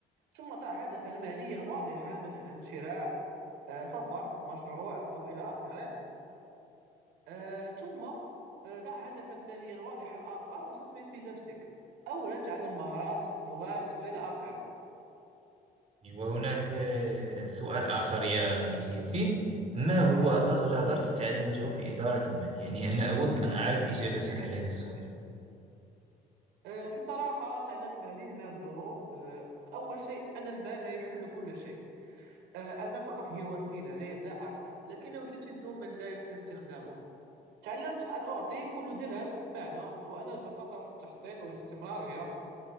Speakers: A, on the right; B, on the right.
A: ثم ضع هدفا ماليا واضحا مثلا شراء آه، سفر مشروع أو إلى آخره آه، ثم آه، ضع هدفا ماليا واضحا آخر واستثمر في نفسك أولا تعلم مهارات لغات وإلى آخره
B: وهناك آه، سؤال آخر يا ياسين ما هو
A: نعم
B: أغلى درس تعلمته في إدارة المال؟ يعني أنا أود أن أعرف إجابتك على هذا السؤال
A: آه، في صراحة تعلمت العديد من الدروس آه، أول شيء أن المال لا يحل كل شيء آه، المال فقط هي وسيلة لا لا أكثر لكنه يشتت من لا يحسن استخدامه تعلمت أن أعطي كل درهم معنى وأن البساطة والتخطيط والاستمرارية